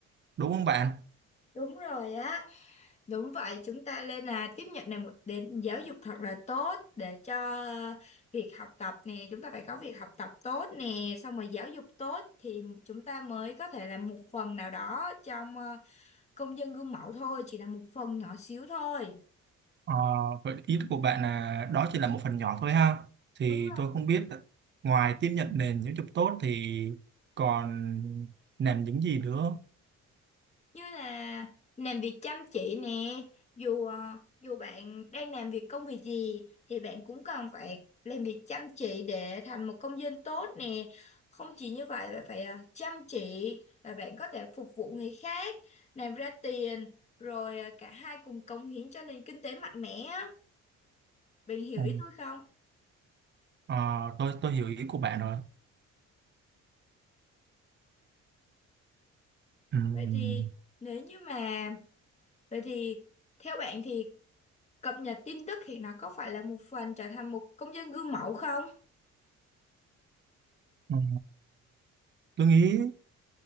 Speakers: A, on the right; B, on the left.
A: Đúng không bạn?
B: đúng rồi á Đúng vậy, chúng ta nên là tiếp nhận này một đến giáo dục thật là tốt để cho ờ, việc học tập nè, chúng ta phải có việc học tập tốt nè, xong rồi giáo dục tốt thì chúng ta mới có thể làm một phần nào đó trong ờ, công dân gương mẫu thôi, chỉ là một phần nhỏ xíu thôi.
A: Ờ, vậy ý của bạn là đó chỉ là một phần nhỏ thôi ha. Thì
B: Đúng rồi.
A: tôi không biết ngoài tiếp nhận nền giáo dục tốt thì còn làm những gì nữa.
B: như là làm việc chăm chỉ nè dù ờ, dù bạn đang làm việc công việc gì thì bạn cũng cần phải làm việc chăm chỉ để thành một công dân tốt nè không chỉ như vậy mà phải ờ, chăm chỉ và bạn có thể phục vụ người khác làm ra tiền rồi ờ, cả hai cùng cống hiến cho nền kinh tế mạnh mẽ á bạn hiểu
A: Ờ,
B: ý tôi không
A: ờ, tôi tôi hiểu ý của bạn rồi. Ừm,
B: vậy thì nếu như mà vậy thì theo bạn thì cập nhật tin tức thì nó có phải là một phần trở thành một công dân gương mẫu không
A: ờ, tôi nghĩ